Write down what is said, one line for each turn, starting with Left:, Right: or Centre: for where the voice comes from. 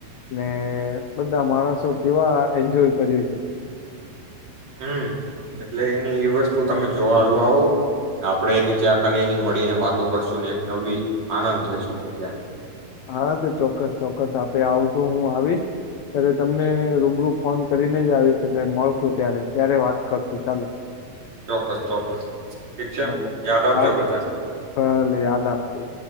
Left: ને બધા માણસો કેવા એન્જોય કર્યું છે.
Right: હમ્મ, એટલે એની એ વસ્તુ તમે જોવાળવા આવો આપણે એની <unintelligible> એની મળીને વાતો કરશું ને એક નવી આનંદ લેેશું જગ્યાની.
Left: હા તો ચોક્કસ-ચોક્કસ આપે આવશું, હું આવીશ ત્યારે તમને રૂબરૂ ફોન કરીને જ આવીશ, એટલે મળશુ ત્યારે ત્યારે વાત કરશું ચાલો.
Right: ચોક્કસ ચોક્કસ ઠીક છે
Left: ભલે
Right: યાદ આપજો
Left: હા ઠીક
Right: બધાને
Left: છે. ભલે યાદ આપશું.